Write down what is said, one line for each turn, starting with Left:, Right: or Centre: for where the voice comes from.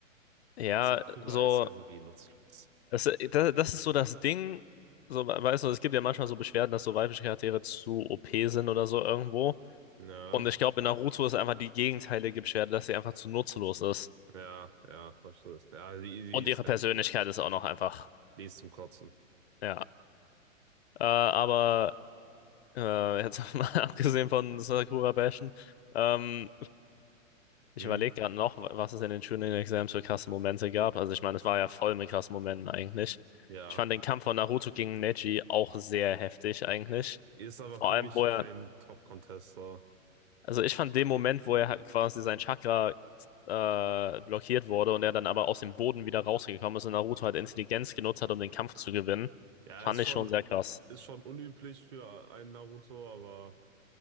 Left: Ja,
Right: Sakura
Left: so,
Right: ist irgendwie nutzlos.
Left: das, das, das ist so das Ding, so, weißt du, es gibt ja manchmal so Beschwerden, dass so weibliche Charaktere zu OP sind oder so irgendwo.
Right: Ja,
Left: Und ich glaube, in Naruto ist einfach die gegenteilige Beschwerde, dass sie einfach zu nutzlos ist.
Right: ja, ja, verstehe. Ja, die, die
Left: Und
Right: ist
Left: ihre Persönlichkeit
Right: halt nicht gut.
Left: ist auch noch einfach,
Right: Die ist zum Kotzen.
Left: ja. Äh, aber Äh, jetzt <laughs> mal abgesehen von Sakura Bashen. Ähm, ich
Right: Hm,
Left: überlege gerade noch, was es in den Shooting Exams für krasse Momente gab. Also ich meine, es war ja voll mit krassen Momenten eigentlich.
Right: ja.
Left: Ich fand den Kampf von Naruto gegen Neji auch sehr heftig eigentlich.
Right: Ist aber
Left: Vor
Right: für
Left: allem,
Right: mich
Left: wo er,
Right: kein Top-Contester.
Left: also ich fand den Moment, wo er halt quasi sein Chakra äh, blockiert wurde und er dann aber aus dem Boden wieder rausgekommen ist und Naruto halt Intelligenz genutzt hat, um den Kampf zu gewinnen,
Right: Ja,
Left: fand
Right: ist schon,
Left: ich schon sehr krass.
Right: ist schon unüblich für einen Naruto, aber